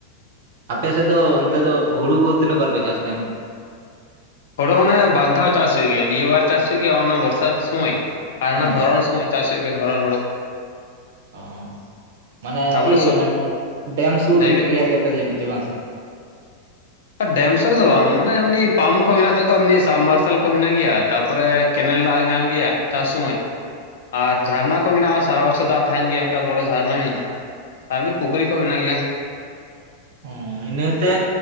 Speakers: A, on the right; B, on the left.
A: ᱟᱯᱮ ᱥᱮᱫ ᱫᱚ ᱚᱱᱛᱮ ᱫᱚᱜ ᱦᱩᱲᱩ ᱠᱚ ᱛᱤᱱᱟᱹᱜ ᱵᱟᱨ ᱯᱮ ᱪᱟᱥ ᱛᱟᱦᱮᱸᱱ?
B: ᱦᱳᱲᱳ ᱚᱱᱮ ᱵᱟᱨ ᱫᱷᱟᱣ ᱪᱟᱥ ᱦᱩᱭᱩᱜ ᱜᱮᱭᱟ, ᱱᱤᱭᱟᱹ ᱵᱟᱨ ᱪᱟᱥ ᱦᱩᱭᱩᱜ ᱜᱮᱭᱟ ᱚᱱᱟ ᱵᱚᱨᱥᱟᱛ ᱥᱳᱢᱟᱹᱭ, ᱟᱨ ᱦᱟᱱᱟ
A: ᱦᱮᱸ
B: ᱫᱷᱚᱨᱚᱬ ᱥᱚᱢᱚᱭ ᱪᱟᱥ ᱦᱩᱭᱩᱜ ᱜᱮᱭᱟ ᱫᱷᱚᱨᱚᱱ ᱦᱩᱲᱳ᱾
A: ᱚᱸ ᱢᱟᱱᱮ
B: ᱛᱟᱯᱚᱨᱮ
A: ᱪᱤᱜ
B: ᱥᱚᱵ
A: ᱚᱱᱟ ᱮᱸᱜ ᱰᱮᱢ ᱥᱩᱨ
B: ᱞᱟᱹᱭ ᱵᱤᱱ
A: ᱜᱮᱭᱟ ᱯᱮ ᱟᱯᱮ ᱫᱚ ᱡᱟᱹᱱᱤᱡ ᱪᱚ ᱵᱟᱝ ᱥᱮ?
B: ᱰᱮᱢ ᱥᱮᱫ ᱨᱮᱫᱚ ᱵᱟᱝ ᱢᱟᱱᱮ ᱮᱢᱱᱤ ᱯᱟᱢᱯ ᱠᱚ ᱢᱮᱱᱟᱜ ᱛᱟᱠᱚᱣᱟ ᱮᱢᱱᱤ ᱥᱟᱢ ᱢᱟᱨᱥᱟᱞ ᱠᱚ ᱢᱮᱱᱟᱜ ᱜᱮᱭᱟ, ᱛᱟᱯᱚᱨᱮ ᱠᱮᱱᱮᱞ ᱫᱟᱜ ᱞᱮ ᱧᱟᱢ ᱜᱮᱭᱟ ᱪᱟᱥ ᱥᱚᱢᱚᱭ᱾ ᱟᱨ ᱡᱷᱟᱨᱱᱟ ᱠᱚ ᱢᱮᱱᱟᱜᱼᱟ ᱥᱟᱨᱟ ᱵᱚᱪᱷᱚᱨ ᱫᱟᱜ ᱛᱟᱦᱮᱸᱱ ᱜᱮᱭᱟ, ᱮᱠ ᱴᱟ ᱵᱚᱲᱚ ᱡᱷᱟᱨᱱᱟ ᱢᱮᱱᱟᱜᱼᱟ᱾ ᱟᱨ ᱮᱢᱱᱤ ᱯᱩᱠᱷᱨᱤ ᱠᱚᱦᱚᱸ ᱢᱮᱱᱟᱜ ᱜᱮᱭᱟ᱾
A: ᱦᱩᱸ ᱤᱱᱟᱹ ᱛᱮ